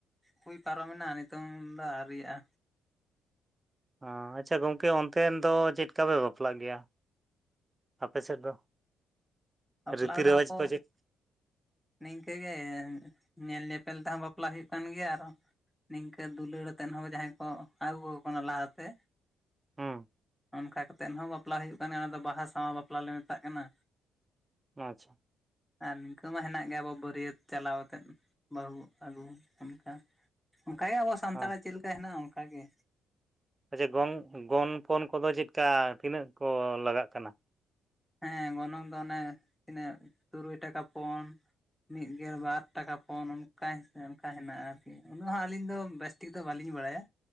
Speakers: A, in the centre; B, on the right.
A: ᱦᱩᱭ ᱯᱟᱨᱚᱢᱮᱱᱟ ᱱᱤᱛᱚᱝ ᱫᱚ ᱟᱣᱨᱤᱭᱟᱜᱼᱟ᱾
B: ᱚ, ᱟᱪᱪᱷᱟ ᱜᱚᱝᱠᱮ ᱚᱱᱛᱮᱱ ᱫᱚ ᱪᱮᱫᱠᱟ ᱯᱮ ᱵᱟᱯᱞᱟᱜ ᱜᱮᱭᱟ? ᱟᱯᱮ ᱥᱮᱫ ᱫᱚ,
A: ᱵᱟᱯᱞᱟ
B: ᱨᱤᱛᱤ
A: ᱫᱚ
B: ᱨᱮᱣᱟᱡᱽ
A: ᱟᱵᱚ
B: ᱠᱚ ᱪᱮᱫ?
A: ᱱᱤᱝᱠᱟᱹ ᱜᱮ, ᱧᱮᱞ ᱧᱮᱯᱮᱞ ᱛᱮᱦᱚᱸ ᱵᱟᱯᱞᱟ ᱦᱩᱭᱩᱜ ᱠᱟᱱ ᱜᱮᱭᱟ ᱟᱨᱚ, ᱱᱤᱝᱠᱟᱹ ᱫᱩᱞᱟᱹᱲ ᱟᱛᱮᱱ ᱦᱚᱸ ᱡᱟᱦᱟᱸᱭ ᱠᱚ ᱟᱜᱩ ᱠᱟᱠᱚ ᱠᱟᱱᱟ ᱞᱟᱦᱟ ᱛᱮ
B: ᱦᱩᱸ᱾
A: ᱚᱱᱠᱟ ᱠᱟᱛᱮᱱ ᱦᱚᱸ ᱵᱟᱯᱞᱟ ᱦᱩᱭᱩᱜ ᱠᱟᱱᱟ, ᱚᱱᱟ ᱫᱚ ᱵᱟᱦᱟ ᱥᱟᱶᱟᱭ ᱵᱟᱯᱞᱟ ᱞᱮ ᱢᱮᱛᱟᱜ ᱠᱟᱱᱟ᱾
B: ᱟᱪᱪᱷᱟ᱾
A: ᱟᱨ ᱱᱤᱝᱠᱟᱹ ᱢᱟ ᱦᱮᱱᱟᱜ ᱼᱼ ᱜᱮ ᱟᱵᱚ ᱵᱟᱹᱨᱤᱭᱟᱹᱛ ᱪᱟᱞᱟᱣ ᱟᱛᱮᱫ ᱵᱟᱹᱦᱩ ᱟᱜᱩ ᱚᱱᱠᱟ, ᱚᱱᱠᱟᱜᱮ ᱟᱵᱚ ᱼᱼ ᱥᱟᱱᱛᱟᱲᱟᱜ
B: ᱦᱮᱸ
A: ᱪᱮᱜ ᱞᱮᱠᱟ ᱦᱮᱱᱟᱜᱼᱟ ᱚᱱᱠᱟ ᱜᱮ᱾
B: ᱟᱪᱪᱷᱟ ᱜᱚᱝ, ᱜᱚᱱ ᱯᱚᱱ ᱠᱚᱫᱚ ᱪᱮᱫᱠᱟ ᱛᱤᱱᱟᱹᱜ ᱠᱚ ᱞᱟᱜᱟᱜ ᱠᱟᱱᱟ?
A: ᱦᱮᱸ ᱜᱚᱱᱚᱝ ᱫᱚ ᱚᱱᱮ ᱛᱤᱱᱟᱹᱜ, ᱛᱩᱨᱩᱭ ᱴᱟᱠᱟ ᱯᱚᱱ, ᱢᱤᱫ ᱜᱮᱞ ᱵᱟᱨ ᱴᱟᱠᱟ ᱯᱚᱱ ᱚᱱᱠᱟ ᱦᱤᱥ ᱚᱱᱠᱟ ᱦᱮᱱᱟᱜᱼᱟ ᱟᱨᱠᱤ, ᱩᱱᱟᱹᱜ ᱦᱚᱸ ᱟᱹᱞᱤᱧ ᱫᱚ ᱵᱮᱥ ᱼᱼ ᱴᱷᱤᱠ ᱫᱚ ᱵᱟᱞᱤᱧ ᱵᱟᱲᱟᱭᱟ,